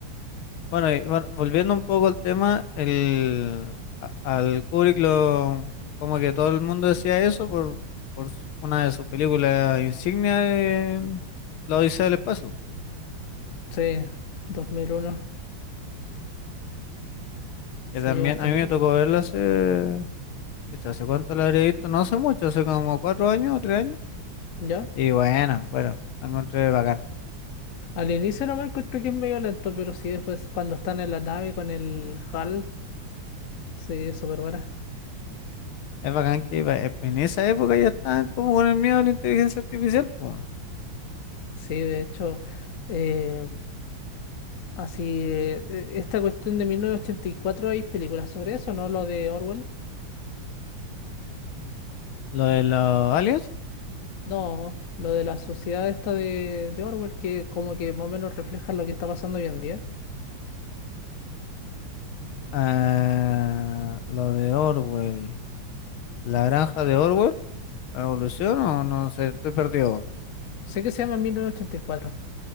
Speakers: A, on the left; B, on the left.
A: Bueno, y bueno, volviendo un poco al tema, el, a- al Kubrick lo, como que todo el mundo decía eso por, por su- una de sus películas insignia de La Odisea del Espacio.
B: Sí, 2001,
A: Que
B: sí,
A: también
B: bastante.
A: a mí me tocó verla hace, pucha, ¿hace cuánto la habría visto? No hace mucho, hace como cuatro años o tres años.
B: ¿Ya?
A: Y bueno, bueno, la encontré bacán.
B: Al inicio no me encuentro que es medio lento, pero sí, después cuando están en la nave con el HAL, sí, es súper buena.
A: Es bacán que va- eh, en esa época ya estaban como con el miedo a la inteligencia artificial, po, weón.
B: Sí, de hecho, eh, así, eh, eh, esta cuestión de 1984, ¿hay películas sobre eso, no? Lo de Orwell.
A: Lo de los aliens,
B: No, lo de la sociedad esta de, de Orwell, que como que más o menos refleja lo que está pasando hoy en día.
A: ah, lo de Orwell, la granja de Orwell, la revolución, o no sé, estoy perdido. weón.
B: Sé que se llama 1984.